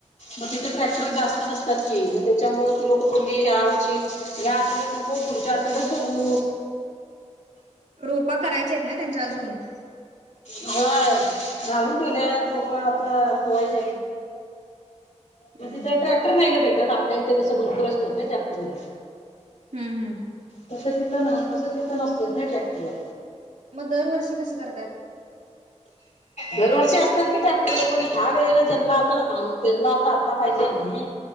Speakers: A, on the left (about 70°); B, on the right (about 80°).
A: मग तिथे ट्रॅक्टर जास्त नसते की मग त्याच्यामु ती लोकं बोलली ह्या वर्षी ह्या आठवड्यात नको पुढच्या आठवड्यात बघू
B: रोपा करायचे आहेत ना त्यांच्या अजून
A: हाय घालून ठेवल्या आहेत रोपा आता खोवायच्या
B: हम्म
A: मग तिथं
B: हम्म
A: ट्रॅक्टर नाही का भेटत आपल्या इथे तसं भरपूर असतात ना टॅक्टर
B: हम्म हम्
A: तस तिथं तस तिथं नसतच नाही ट्रॅक्टर ह
B: मग दरवर्षी कसं करतात
A: दरवर्षी असतात की टाक्टर पण ह्या वेळेला ज्यांना आता त्यांना आता आता पाहिजे न